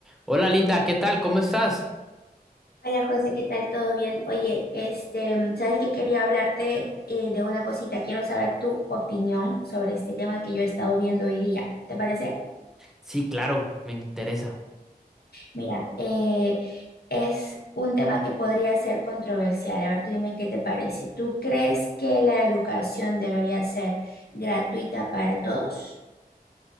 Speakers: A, in the centre; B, on the left (about 75°).
A: Hola Linda, ¿qué tal? ¿Cómo estás?
B: Hola José, ¿qué tal? ¿Todo bien? Oye, este, mm, sabes que quería hablarte eh, de una cosita. Quiero saber tu opinión sobre este tema que yo he estado viendo hoy día. ¿Te parece?
A: Sí, claro, me interesa.
B: Mira, eh, es un tema que podría ser controversial. A ver, tú dime qué te parece. ¿Tú crees que la educación debería ser gratuita para todos?